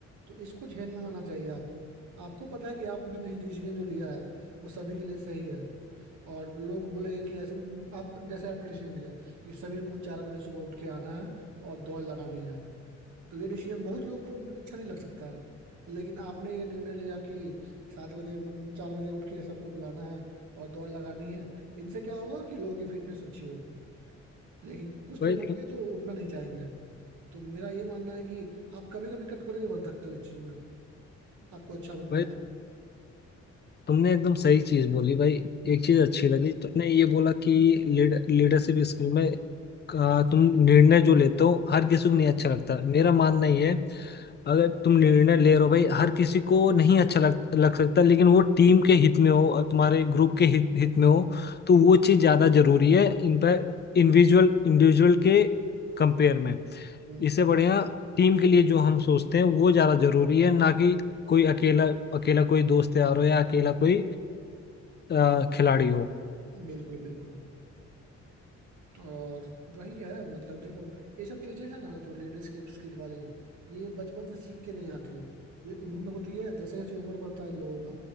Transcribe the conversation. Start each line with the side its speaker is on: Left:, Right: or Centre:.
Right: तो इसको झेलना आना चाहिए आपको आपको पता है कि आपने डिसीजन जो लिया है वो सभी के लिए सही है और लोग बोलेंगे कि ऐसे म, आप जैसे आपने डिसीजन लिया कि सभी को चार बजे सुबह उठ के आना है और दौड़ लगानी है तो ये डिसीजन बहुत लोग को अच्छा नहीं लग सकता है लेकिन आपने ये निर्णय लिया कि सात बजे मतलब चार बजे उठ के सबको बुलाना है और दौड़ लगानी है इनसे क्या होगा कि लोगों की फिटनेस अच्छी होगी लेकिन कुछ
Left: भाई
Right: लोग होंगे जो उठना नहीं चाहेंगे तो मेरा ये मानना है कि आप कभी कभी कठोर भी बन सकते हो इस चीज में आपको अच्छा बनना
Left: भाई
Right: है तो
Left: तुमने एकदम सही चीज बोली भाई
Right: हम्म
Left: एक चीज अच्छी लगी तुमने ये बोला कि लीड, लीडरशिप स्किल में का तुम निर्णय जो लेते हो हर किसी को नहीं अच्छा लगता मेरा मानना ये है अगर तुम निर्णय ले रहे हो भाई हर किसी को नहीं अच्छा लग लग सकता लेकिन वो टीम के हित में हो और तुम्हारे ग्रुप के हित हित में हो तो वो चीज ज्यादा जरूरी है इन पर इंडिविजुअल इंडिविजुअल के कंपेयर में
Right: हम्म
Left: इससे बढ़िया टीम के लिए जो हम सोचते हैं वो ज्यादा जरूरी है ना कि कोई अकेला अकेला कोई दोस्त यार हो या अकेला कोई अ, खिलाड़ी हो
Right: बिल्कुल बिल्कुल और वही है मतलब देखो ये सब चीजें हैं ना जो लीडरशिप स्किल वाली ये बचपन से सीख के नहीं आती है ये उम्र होती है जैसे जैसे उम्र बढ़ता है लोगों का